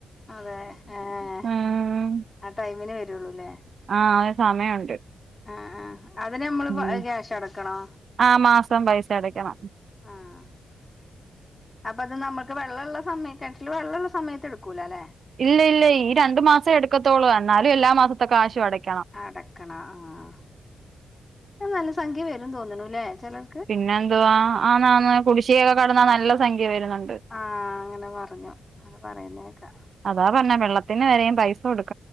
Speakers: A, on the left; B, on the right.
A: അതേ ഏഹ്
B: ഉം
A: ആ ടൈമിന് വരുള്ളൂല്ലേ
B: ആഹ് ഒരു സമയം ഉണ്ട്
A: ആഹ് ആഹ് അതിന് നമ്മള്
B: ഉം
A: ക്യാഷ് അടക്കണോ
B: ആ മാസം പൈസ അടക്കണം
A: ആഹ് അപ്പൊ അത് നമ്മക്ക് വെള്ളള്ള സമയം കെണറ്റില് വെള്ളള്ള സമയത്ത് എടുക്കൂലാലേ
B: ഇല്ല ഇല്ല ഈ രണ്ടു മാസം എടുക്കത്തോള്ളൂ എന്നാലും എല്ലാ മാസത്തെ കാശ് അടക്കും
A: അടക്കണാ ആഹ് ആഹ് ഇത് നല്ല സംഖ്യ വരും തോന്ന്ണൂല്ലേ ചിലർ
B: പിന്നെ എന്തുവാ ആ ന്നാന്ന് കുടിഷികൊക്കെ കടന്നാ നല്ല സംഖ്യ വരുന്നുണ്ട്
A: ആഹ് അങ്ങനെ പറഞ്ഞു അങ്ങനെ പറയുന്നേക്കാ
B: അതാ പർഞ്ഞത് വെള്ളത്തിന് വരേം പൈസ കൊടു